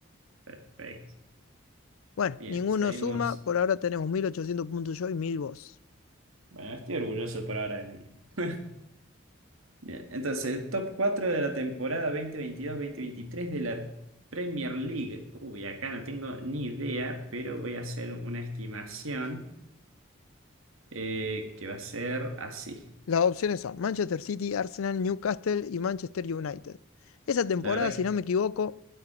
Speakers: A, on the right; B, on the left.
A: perfecto.
B: Bueno,
A: Bien,
B: ninguno
A: seguimos.
B: suma, por ahora tenemos 1800 puntos yo y 1000 vos.
A: Bueno, estoy orgulloso por ahora de mí. <laughs> Bien, entonces el top 4 de la temporada 2022 veintitrés de la Premier League. Uy, acá no tengo ni idea, pero voy a hacer una estimación eh, que va a ser así.
B: Las opciones son Manchester City, Arsenal, Newcastle y Manchester United. Esa temporada,
A: La verdad
B: si no
A: que...
B: me equivoco,